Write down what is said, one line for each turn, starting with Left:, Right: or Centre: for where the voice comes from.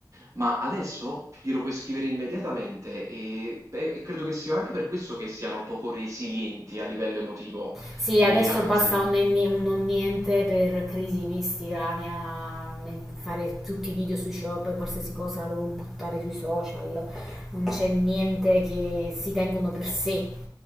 Right: Ma adesso glielo puoi scrivere immediatamente e, beh, e credo che sia anche per questo che siano poco resilienti a livello emotivo
Centre: Sì,
Right: i
Centre: adesso
Right: ragazzi.
Centre: basta un, nenni- un non niente per crisi mistica, mia- me- fare tutti i video sui shop e qualsiasi cosa la devo buttare sui social. Non c'è niente che si tengono per sé.